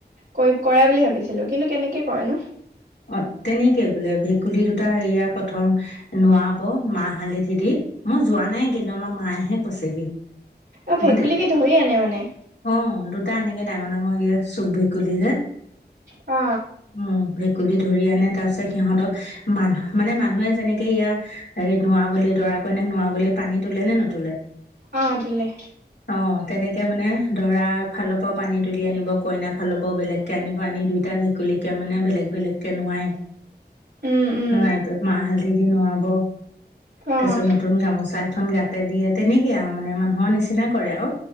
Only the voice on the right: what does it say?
কৰে বুলি ভাবিছিলো, কিন্তু কেনেকে কৰেনো?
অ, ভেকুলী
কি ধৰি আনে মানে?
অ।
অ, তুলে।
উম, উম,
অ',